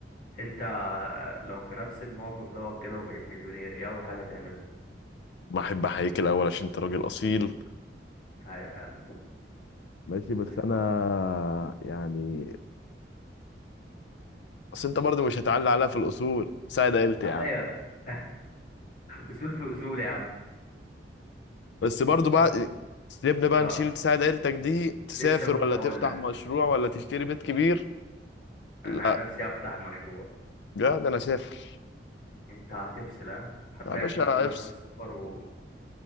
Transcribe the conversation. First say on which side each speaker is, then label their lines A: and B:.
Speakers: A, on the left; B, on the left.
A: انت لو في نفس الموقف دوت كده وبقيت مليونير ايه اول حاجة تعملها
B: ما احب احييك الاول عشان انت راجل اصيل
A: ايوه يا عم
B: ماشي بس
A: حبيبي
B: انا
A: والله
B: يعني اصل انت برضه مش هتعلي عليها في الاصول ساعد عيلتي يا عم
A: ايوه <laughs> اصول في اصول يا عم
B: بس برضه بعد
A: كم
B: سيبنا بقى
A: اه
B: نشيل تساعد عيلتك دي تسافر
A: لسه كنت
B: ولا
A: هقول
B: تفتح
A: لك
B: مشروع ولا تشتري بيت كبير
A: انا
B: لا
A: عن نفسي افتح مشروع
B: لا ده انا سافر
A: انت هتفصل ها هتضيع
B: يا باشا
A: الفلوس كلها
B: افصل
A: في السفر و